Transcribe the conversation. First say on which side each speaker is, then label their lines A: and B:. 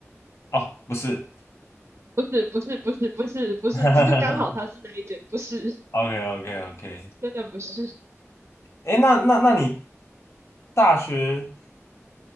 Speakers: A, on the left (about 55°); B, on the right (about 50°).
A: 哦，不是
B: 不是不是不是不是不是，
A: <laughs>
B: 只是刚好他是那一间，不是，
A: ，OK OK OK，
B: 真的不是。”
A: 哎，那那那你大学